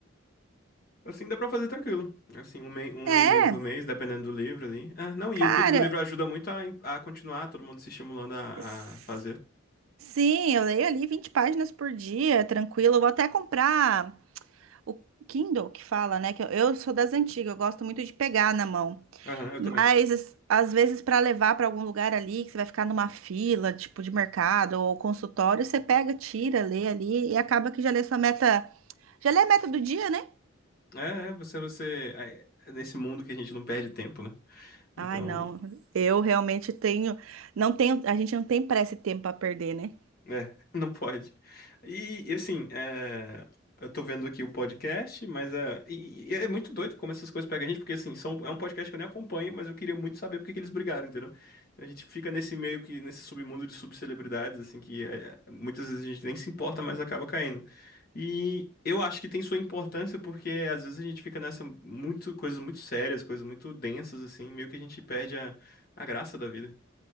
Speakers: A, on the left (about 50°); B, on the right (about 85°).
A: Assim, dá pra fazer tranquilo. Assim, um, mei- um
B: É,
A: livrinho por mês, dependendo do livro ali. É, não, e
B: cara,
A: o Clube do Livro ajuda muito a, em- a continuar, todo mundo se estimulando a,
B: s-
A: a fazer.
B: sim, eu leio ali 20 páginas por dia, tranquilo. Eu vou até comprar o Kindle que fala, né? Que eu, eu sou das antigas, eu gosto muito de pegar na mão.
A: Aham, eu
B: Mas
A: também.
B: as- às vezes para levar para algum lugar ali, que você vai ficar numa fila, tipo de mercado ou consultório, você pega, tira, lê ali e acaba que já lê sua meta, já lê a meta do dia, né?
A: É, é, você, você. é, é Nesse mundo que a gente não perde tempo, né?
B: Ai,
A: Então.
B: não. Eu realmente tenho, não tenho, a gente não tem pressa e tempo para perder, né?
A: É, <laughs> não pode. E, e, assim, é, eu tô vendo aqui o podcast, mas é, e, e é muito doido como essas coisas pegam a gente, porque assim, são, é um podcast que eu nem acompanho, mas eu queria muito saber por que que eles brigaram, entendeu? Então a gente fica nesse meio que, nesse submundo de subcelebridades, assim, que é, é, muitas vezes a gente nem se importa, mas acaba caindo. E eu acho que tem sua importância, porque às vezes a gente fica nessa muito, coisas muito sérias, coisas muito densas, assim, meio que a gente perde a, a graça da vida.